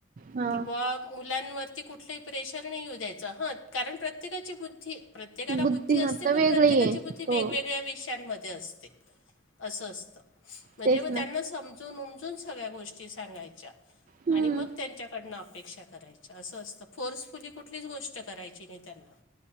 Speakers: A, on the right; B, on the left.
A: हा
B: की बा मुलांवरती कुठ. कुठ प्रेशर नाहीऊ द्यायच ह कारण प्रत्येकाची बुद्धी. प्रत्येकाला
A: बुद्धिमत्ता
B: बुद्धी असते
A: वेगळी
B: पण प्रत्येकाची
A: आहे
B: बुद्धी
A: हो
B: वेगवेगळ्या विषयांमध्ये असते. असं असतं म्हणजे
A: तेच
B: मग
A: ना
B: त्यांना समजून उमजून सगळ्या गोष्टी सांगायच्या.
A: हम्म
B: आणि मग त्यांच्याकडन अपेक्षा करायच्या असं असतं फोर्सफुली कुठलीच गोष्ट करायची. चिरे त्यांना.